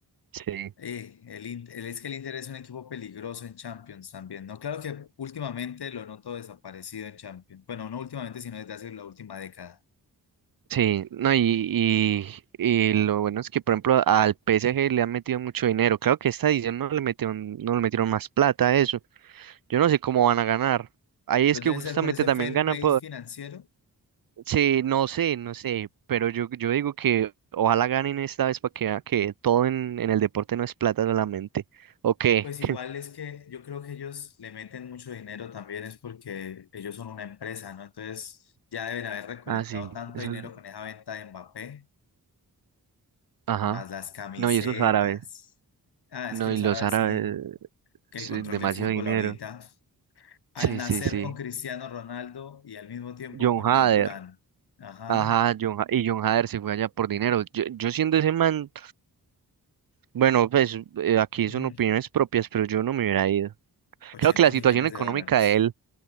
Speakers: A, on the right; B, on the left.
A: Sí.
B: Eh, el, In- el- es que el Inter es un equipo peligroso en Champions también, ¿no? Claro que últimamente lo noto desaparecido en Champions. Bueno, no últimamente, sino desde hace la última década.
A: Sí, no, y, y, y lo bueno es que, por ejemplo, al PSG le han metido mucho dinero. Claro que esta edición no le metieron, no le metieron más plata a eso. Yo no sé cómo van a ganar. Ahí
B: Pero
A: es que
B: debe
A: justamente
B: ser por ese
A: también
B: fair
A: ganan
B: play financiero.
A: Sí, no sé, no sé, pero yo, yo digo que ojalá ganen esta vez para que vea que todo en, en el deporte no es plata solamente. ¿O qué?
B: Pues igual
A: <laughs>
B: es que yo creo que ellos le meten mucho dinero también es porque ellos son una empresa, ¿no? Entonces ya deben haber recolectado
A: Ah, sí,
B: tanto
A: esos,
B: dinero con esa venta de Mbappé,
A: ajá.
B: más las camisetas.
A: No, y esos árabes.
B: Ah,
A: No,
B: es que los
A: y los
B: árabes
A: árabes,
B: tienen que
A: sí,
B: el control
A: demasiado
B: del fútbol
A: dinero.
B: ahorita. Al
A: Sí,
B: nacer
A: sí, sí.
B: con Cristiano Ronaldo y al mismo tiempo
A: John
B: con
A: Hader.
B: John Durán. Ajá.
A: Ajá, John, Ha- y John Hader se fue allá por dinero. Yo, yo siendo ese man, bueno, pues eh, aquí
B: Mm,
A: son opiniones propias, pero yo no me hubiera ido.
B: 80
A: Creo que la
B: millones
A: situación económica
B: de dólares.
A: de él